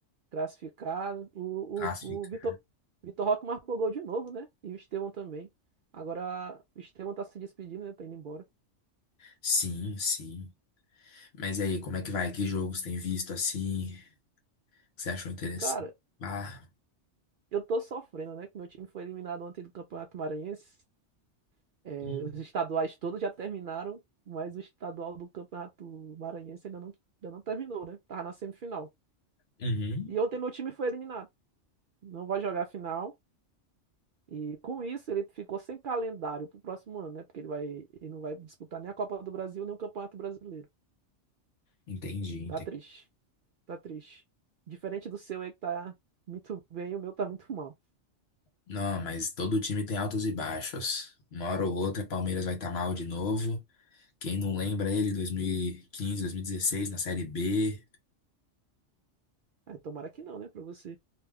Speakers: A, on the right; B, on the left.
A: classificado. O,
B: Classifica.
A: o, o Vitor, Vitor Roque marcou gol de novo, né? E o Estevão também. Agora o Estevão tá se despedindo, né? Tá indo embora.
B: Sim, sim. Mas e aí, como é que vai? Que jogos tem visto assim? Que você achou interessante?
A: Cara,
B: Ah,
A: eu tô sofrendo, né? Que meu time foi eliminado ontem do Campeonato Maranhense. É,
B: hum,
A: os estaduais todos já terminaram, mas o estadual do Campeonato Maranhense ainda não, ainda não terminou, né? Tava na semifinal.
B: uhum.
A: E ontem meu time foi eliminado. Não vai jogar a final. E com isso ele ficou sem calendário pro próximo ano, né? Porque ele vai, ele não vai disputar nem a Copa do Brasil, nem o Campeonato Brasileiro.
B: Entendi, entendi.
A: Tá triste, tá triste. Diferente do seu aí que tá muito bem, o meu tá muito mal.
B: Não, mas todo time tem altos e baixos. Uma hora ou outra, Palmeiras vai estar mal de novo. Quem não lembra ele, 2015, dezesseis na Série B.
A: Ah, tomara que não, né, pra você.